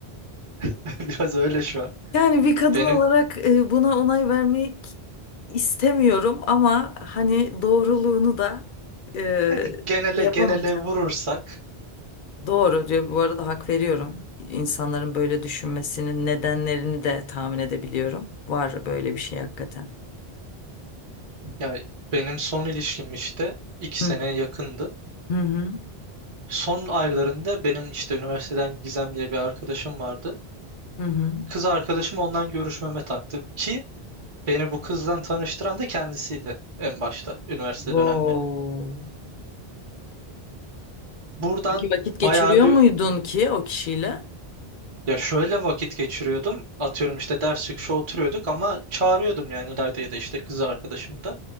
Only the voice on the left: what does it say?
Yani bir kadın
olarak e, buna onay vermek istemiyorum ama hani doğruluğunu da e,
yapamayacağım.
Doğru diyor. Bu arada hak veriyorum. İnsanların böyle düşünmesinin nedenlerini de tahmin edebiliyorum. Var böyle bir şey hakikaten.
Hı
hı hı.
hı hı.
Wow.
Peki vakit geçiriyor
muydun ki o kişiyle?